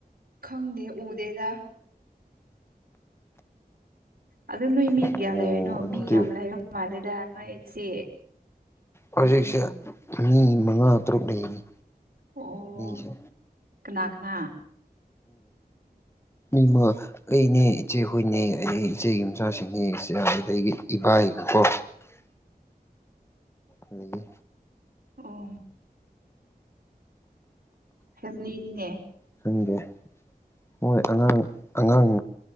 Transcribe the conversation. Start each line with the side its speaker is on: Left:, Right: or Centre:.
Right: ꯈꯪꯗꯦ ꯎꯗꯗ ꯑꯗ ꯅꯣꯏ ꯃꯤ
Left: ꯑꯣ
Right: ꯀꯌꯥ ꯂꯩꯔꯤꯅꯣ
Left: ꯑꯗꯨꯗꯤ
Right: ꯃꯤ ꯌꯥꯝ ꯂꯩꯔꯕ ꯃꯥꯜꯂꯦꯗ ꯅꯣꯏꯁꯦ
Left: ꯍꯧꯖꯤꯛꯁꯦ ꯃꯤ ꯃꯉꯥ ꯇꯔꯨꯛ ꯂꯩꯔꯤꯅꯤ
Right: ꯑꯣ
Left: ꯃꯤꯁꯦ
Right: ꯀꯅꯥ ꯀꯅꯥ
Left: ꯎꯝꯃ ꯑꯩꯅꯦ ꯏꯆꯦ ꯍꯨꯏꯅꯦ ꯑꯩ ꯏꯆꯦꯒꯤ ꯃꯆꯥꯁꯤꯡꯅꯦ ꯑꯩꯒꯤ ꯏꯕꯥꯏꯒꯀꯣ ꯑꯗꯒꯤ
Right: ꯑꯣ ꯐꯦꯃꯤꯂꯤꯅꯤꯅꯦ
Left: ꯆꯪꯗꯦ ꯃꯣꯏ ꯑꯉꯥꯡ ꯑꯉꯥꯡ